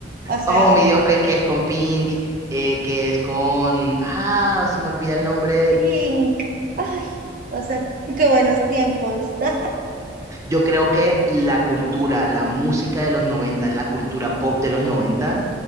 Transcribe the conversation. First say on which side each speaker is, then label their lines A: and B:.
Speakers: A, on the right; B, on the right.
A: o sea.
B: Oh, mi Dios, que, que es con Pink, eh, que es con... Ah, se me olvida el nombre.
A: Pink. Ay, o sea, <laughs> qué buenos tiempos. <laughs>
B: Yo creo que la cultura, la música de los 90, la cultura pop de los 90,